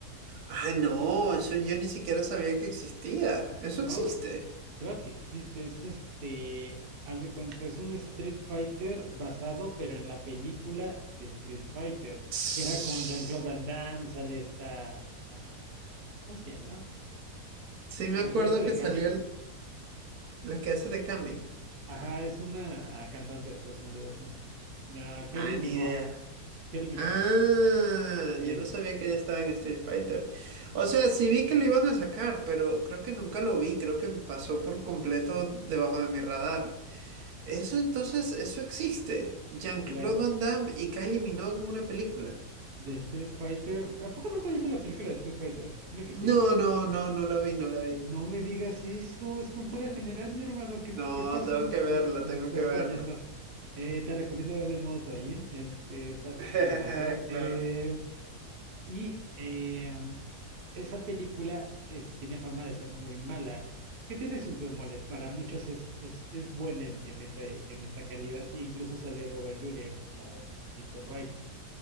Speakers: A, on the right; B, on the right.
A: Ah, no, eso yo ni siquiera sabía que existía. Eso
B: No,
A: existe.
B: claro que existe, es este, haz de cuenta, es un Street Fighter basado, pero en la película de Street Fighter,
A: Sí
B: que era con Jean-Claude Van Damme, sale esta, ah, ¿cómo se llama? La
A: me acuerdo
B: que le hace de
A: que
B: Kami.
A: salió el- la que hace de Kami.
B: Ajá, es una cantante, pero se me olvidó su nombre. La Kylie
A: Ah,
B: Minogue,
A: ni idea.
B: Kylie Minogue,
A: Ah,
B: es
A: yo no sabía que ella estaba en Street Fighter. O sea, sí vi que lo iban a sacar, pero creo que nunca lo vi. Creo que me pasó por completo debajo de mi radar. Eso entonces, eso existe. Jean-Claude
B: claro.
A: Van Damme y Kylie Minogue en una película.
B: De Street Fighter. ¿A poco nunca viste la película de Street Fighter? Dime que sí.
A: No, no, no, no la vi, no la vi.
B: No me digas eso, es cultura general, mi hermano. ¿Qué,
A: No,
B: qué pasó?
A: tengo que verla,
B: Me, es- me
A: tengo
B: estás
A: que verla.
B: fallando. Eh, te recomiendo verla en modo toallín, este, para,
A: <laughs>
B: para empezar. Eh,
A: Claro.
B: y em, esa película es- tiene fama de ser muy mala, que tiene sus bemoles. Para muchos es, es, es buena en, en ese- en esa calidad. E incluso sale Robert Julia como Mr. Bison.